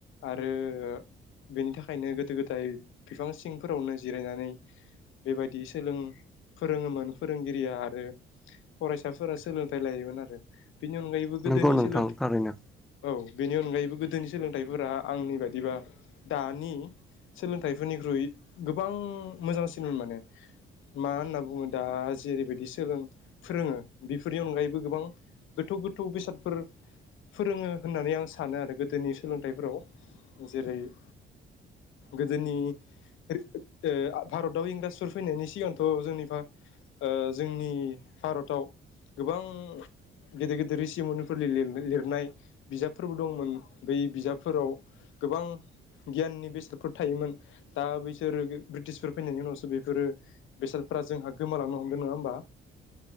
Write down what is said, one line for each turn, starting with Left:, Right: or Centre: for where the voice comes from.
Left: आरो बेनि थाखायनो गोदो गोदाय बिफां सिंफोरावनो जिरायनानै बेबायदि सोलों फोरोङोमोन फोरोंगिरिया आरो फरायसाफोरा सोलोंथाइ लायोमोन आरो। बेनि अनगायैबो गोदोनि
Centre: नंगौ नोंथां
Left: सोलों
Centre: थारैनो
Left: औ बेनि अनगायैबो गोदोनि सोलोंथाइफोरा आंनि बायदिबा दानि सोलोंथाइफोरनिख्रुइ गोबां मोजांसिनमोन माने मा होनना बुङो दा जेरैबायदि सोलों फोरोङो बेफोरनि अनगायैबो गोबां गोथौ गोथौ बेसादफोर फोरोङो होननानै आं सानो आरो गोदोनि सोलोंथाइफोराव जेरै- गोदोनि ओ भारताव इंराजफोर फैनायनि सिगांथ' जोंनिबा ओ जोंनि भारताव गोबां गेदेर गेदेर रिसिमनिफोरनि लिर-लिरनाय बिजाबफोरबो दंमोन बै बिजाबफोराव गोबां गियाननि बेसादफोर थायोमोन दा बैसोर गो ब्रिटिसफोर फैनायनि उनावसो बेफोरो बेसादफोरा जोंहा गोमालांनो हमदों नङा होमबा